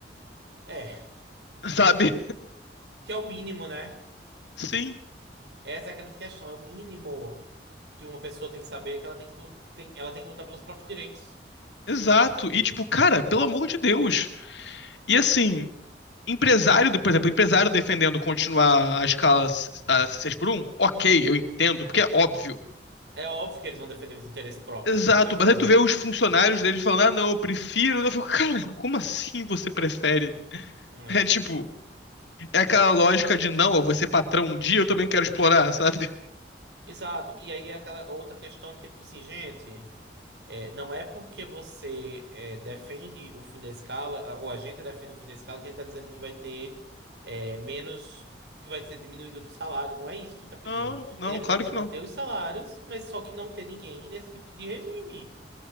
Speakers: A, on the right (about 70°); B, on the left (about 80°).
A: É,
B: <laughs> sabe?
A: que é o mínimo, né?
B: Sim,
A: Essa é a grande questão: é o mínimo que uma pessoa tem que saber é que ela tem que, lu- tem, ela tem que lutar pelos próprios direitos.
B: exato. E tipo, cara, pelo amor de Deus. E assim, empresário, por exemplo, empresário defendendo continuar a escala 6 por um ok, eu entendo, porque é óbvio.
A: É óbvio que eles vão defender os interesses próprios,
B: Exato,
A: não tem o que
B: mas
A: fazer.
B: aí tu vê os funcionários deles falando, ah, não, eu prefiro. Eu fico, cara, como assim você prefere?
A: É.
B: É tipo, é aquela lógica de não, eu vou ser patrão um dia, eu também quero explorar, sabe?
A: Exato. E aí é aquela outra questão que, tipo assim, gente, é, não é porque você é, defende o fim da escala, a- ou a gente defende o fim da escala, que a gente está dizendo que vai ter é, menos, que vai ser diminuído do salário. Não é isso que a gente está pedindo.
B: Não,
A: A gente
B: não,
A: está pedindo
B: claro
A: se
B: que
A: manter
B: não.
A: os salários, mas só que não ter ninguém nesse tipo de regime.